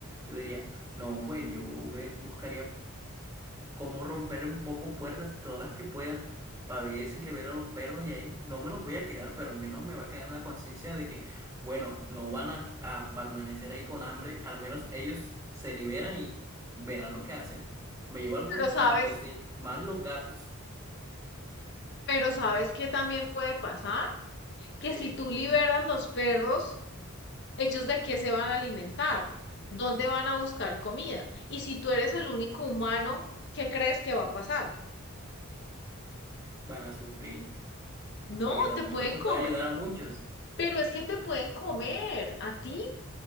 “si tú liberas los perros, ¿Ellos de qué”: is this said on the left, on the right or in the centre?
Left